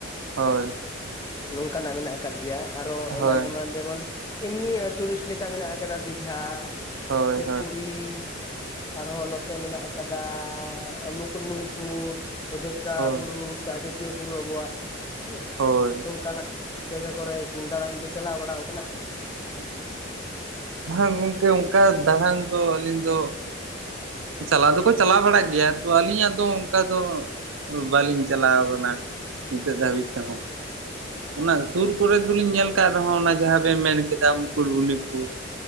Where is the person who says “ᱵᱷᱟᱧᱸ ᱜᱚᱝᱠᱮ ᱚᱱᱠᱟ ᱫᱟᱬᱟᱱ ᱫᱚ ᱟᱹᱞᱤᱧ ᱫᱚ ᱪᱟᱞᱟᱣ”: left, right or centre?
Right